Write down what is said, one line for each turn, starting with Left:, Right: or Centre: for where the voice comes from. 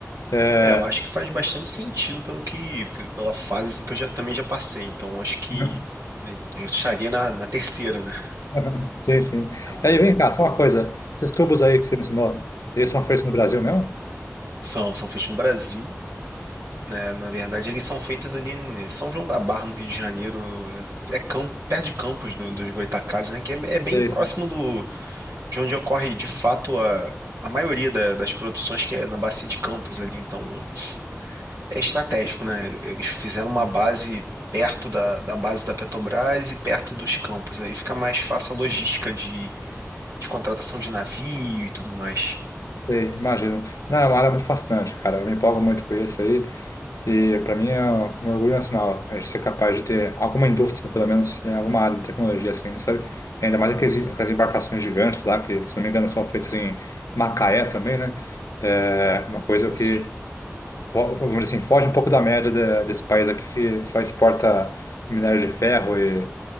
Left: É...
Right: É, eu acho que faz bastante sentido pelo que, pe- pela fase assim que eu já também já passei. Então, eu acho que
Left: não-
Right: né, eu estaria na, na terceira, né?
Left: <laughs> Sim, sim.
Right: Então,
Left: E aí, vem cá, só uma coisa. Esses tubos aí que você mencionou, eles são feitos no Brasil mesmo?
Right: são, são feitos no Brasil. né? Na verdade, eles são feitos ali em São João da Barra, no Rio de Janeiro. É campo, perto de Campos do, dos Goytacazes, né? Que é, é bem
Left: Sei,
Right: próximo
Left: sim.
Right: do, de onde ocorre, de fato, a, a maioria da- das produções, que é na Bacia de Campos ali. Então, é estratégico, né? Eles fizeram uma
Left: Uhum.
Right: base perto da, da base da Petrobras e perto dos campos. Aí fica mais fácil a logística de, de contratação de navio e tudo mais.
Left: Sei, imagino. Não, é uma área muito fascinante, cara. Eu me empolgo muito com isso aí. E para mim é um orgulho nacional a gente ser capaz de ter alguma indústria, pelo menos, em alguma área de tecnologia, assim, sabe? Ainda mais aqueles, aquelas embarcações gigantes lá, que, se não me engano, são feitas em Macaé também, né? É uma coisa que,
Right: Sim,
Left: fo- vamos dizer assim, foge um pouco da média de- desse país aqui que só exporta minério de ferro e,